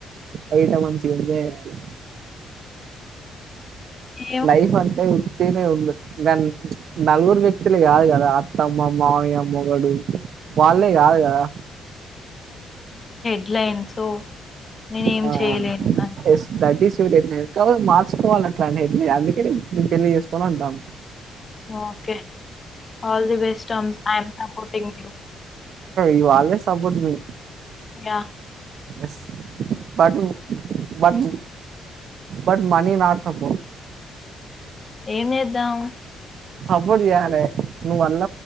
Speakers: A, on the right; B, on the left.
A: అయితె మంచిగ ఎంజాయ్ చేయాలె
B: ఏమో
A: లైఫ్ అంటే ఉంది దనీ నలుగురు వ్యక్తులు కాదు కదా అత్తమ్మ మావయ్య మొగుడు వాళ్ళే కాదు కదా
B: ఎడ్లైన్ సో నేనేం
A: ఆ
B: చేయలేను కానీ.
A: ఎస్ థాట్ ఇస్ <unintelligible> మార్చుకోవాలి అట్లనే అందుకే నేను పెళ్లి చేసుకోను అంటాన్న
B: okay all the best <unintelligible> thank you
A: ఈ వాళవే సపోర్ట్ మీ
B: ఇక
A: yes but but but money not support
B: ఏం ఎద్దాం
A: సబడి జనే నువ వల్ల